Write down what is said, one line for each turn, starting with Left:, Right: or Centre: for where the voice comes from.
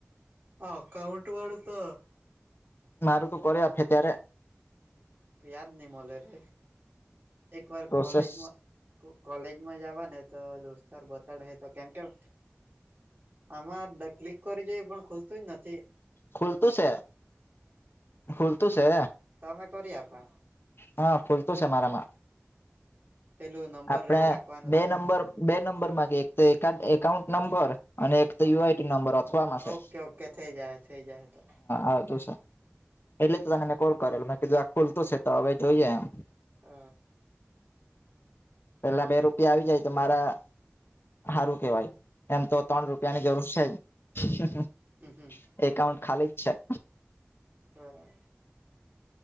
Right: અકાઉન્ટ વાળુ તો
Left: મારું તુ કરે આપે ત્યારે
Right: હમ યાદ નહી મને રે એક વાર
Left: પ્રોસેસ
Right: કોલેજમા કોલેજમાં જવા ને તો દોસ્તાર બતાડશે તો કેમ કેમ આમાં ક્લિક કરી જોઈ પણ ખુલતું જ નથી
Left: ખુલતું છે ખુલતું છે.
Right: તો મે કરી આપા.
Left: હા ખુલતું છે મારામાં.
Right: પેલું નંબર
Left: આપણે
Right: એવું લખવાનું
Left: બે
Right: તે
Left: નંબર બે નંબર માંગે એ એક તો એકાઉન્ટ નંબર અને એક તો
Right: હા
Left: યુ આઈટી નંબર અથવામાં છે
Right: ઓકે ઓકે થઈ જાય થઈ જાય તો
Left: આવતું છે. એટલે તો તને મેં કોલ કરેલો મે કીધું આ ખુલતું છે તો હવે જોઈએ એમ.
Right: હ.
Left: પેલા બે રૂપિયા આવી જાય તો મારા હારુ કેવાય એમ તો ત્રણ રૂપિયાની જરૂર છે જ.
Right: હમ્મ હમ્મ.
Left: એકાઉન્ટ ખાલી જ છે.
Right: બરાબર.